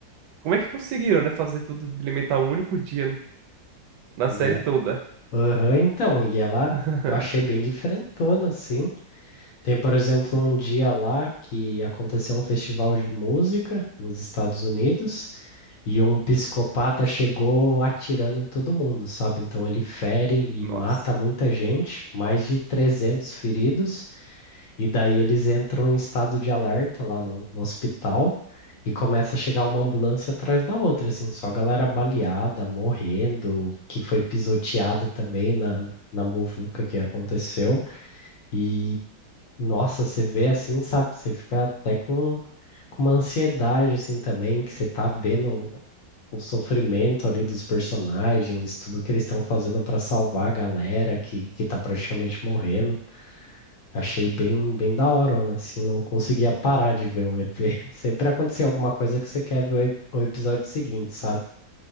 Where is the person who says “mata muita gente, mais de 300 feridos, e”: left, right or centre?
Left